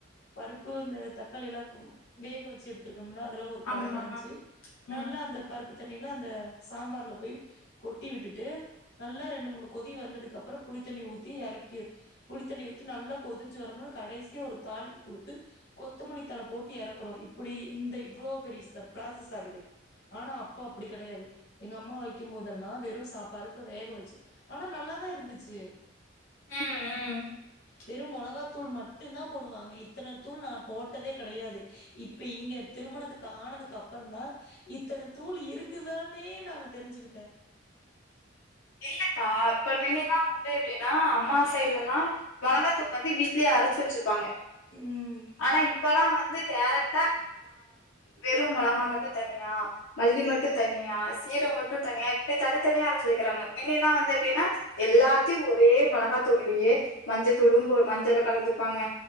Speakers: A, on the left; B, on the left.
A: பருப்பு அந்த தக்காளிய எலாம் வேக வச்சு எடுத்து இதம்ல அதெல்லாம் ஒரு கட
B: ஆமா
A: கடைஞ்சு
B: ம்
A: நல்லா அந்த பருப்பு தண்ணியில அந்த சாம்பார்ல போய் கொட்டி விட்டுட்டு நல்லா ரெண்டு மூணு கொதி வந்ததுக்கு அப்புறம் புளித்தண்ணி ஊத்தி இறக்கி புளித்தண்ணி ஊத்தி நல்லா கொதிஞ்சு வரமன்னனு கடைசியாக ஒரு தாலிப்பு கொடுத்து கொத்தமல்லி தல போட்டு இறக்குறோம் இப்படி இந்த இவ்வளோ பெரிய ப்ராசஸ் ஆகுது ஆனா அப்போ அப்படி கிடையாது எங்க அம்மா வைக்கும்போதெல்லாம் வெறும் சாப்பாரு வேக வச்சு ஆனா நல்லாதான் இருந்துச்சு
B: ஹம் உஹம்
A: வெறும் மிளகாத்தூள் மட்டும்தான் போடுவாங்க இத்தன தூள் நான் போட்டதே கிடையாது இப்ப இங்க திருமணத்துக் ஆனதுக்கு அப்புறம்தான் இத்தன தூள் இருக்குதானே நான் தெரிஞ்சுக்கிட்டேன்
B: இல்லக்கா இப்ப வின்னால வந்து எப்படின்னா அம்மா சைடுலல்லாம் மொளகாத்தூள் வந்து வீட்லயே அரச்சு வச்சுப்பாங்க
A: ம்
B: ஆனா இப்பல்லாம் வந்து டேரட்டா வெறும் மிளகா மட்டும் தனியா மல்லி மட்டும் தனியா சீரம் மட்டும் தனியா இப்படி தால த்தனிய அரச்சி வக்கிறாங்க முன்னல்லாம் வந்து எப்படின்னா எல்லாத்தையும் ஒரே மிளகா தூள்லளையே மஞ்சள் தூலுழம்பு ஒரு மஞ்சள் கலந்து ப்பாங்க